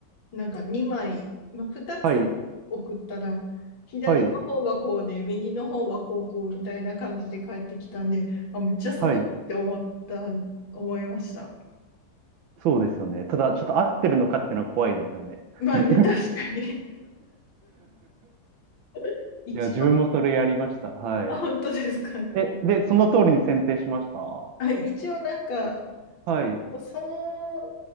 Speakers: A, on the left; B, on the right.
A: なんか2枚、まあ、2つ送ったら、
B: はい。
A: 左の方はこうで、
B: はい。
A: 右の方はこうこうみたいな感じで帰ってきたんで、あ、めっちゃすごいって思った、
B: はい。
A: 思いました。
B: そうですよね。ただ、ちょっと合ってるのかっていうのは怖いですよね。
A: まあね、
B: <laughs>
A: 確かに <laughs> 一応、
B: いや、自分もそれやりました。はい。
A: あ、本当ですか。
B: え、で、その通りに選定しました。は
A: あ、一応なんか、
B: い。
A: その、